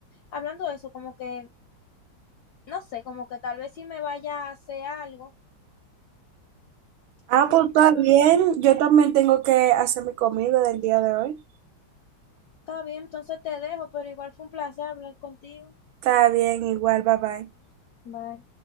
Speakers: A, on the left; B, on the right.
A: Hablando de eso, como que, no sé, como que tal vez si me vaya a hacer algo,
B: Ah,
A: sí,
B: pues está
A: tal
B: bien.
A: vez me...
B: Yo
A: eh,
B: también tengo que hacer mi comida del día de hoy.
A: Está bien, entonces te dejo, pero igual fue un placer hablar contigo.
B: Está bien, igual, bye bye.
A: Bye.